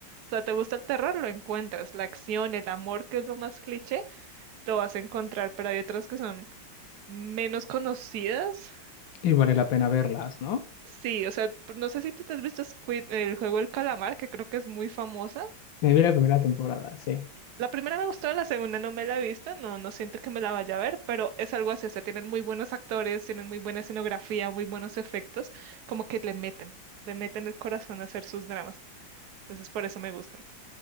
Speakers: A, on the right (about 65°); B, on the left (about 85°).
A: O sea, te gusta el terror, lo encuentras. La acción, el amor, que es lo más cliché, lo vas a encontrar. Pero hay otras que son menos conocidas
B: Y vale la pena verlas, ¿no?
A: Sí, o sea, p- no sé si tú te has visto Squid, el juego El Calamar, que creo que es muy famosa.
B: Me vi la primera temporada, sí.
A: La primera me gustó, la segunda no me la he visto, no, no siento que me la vaya a ver, pero es algo así, o sea, tienen muy buenos actores, tienen muy buena escenografía, muy buenos efectos, como que le meten, le meten el corazón a hacer sus dramas. Entonces, por eso me gustan.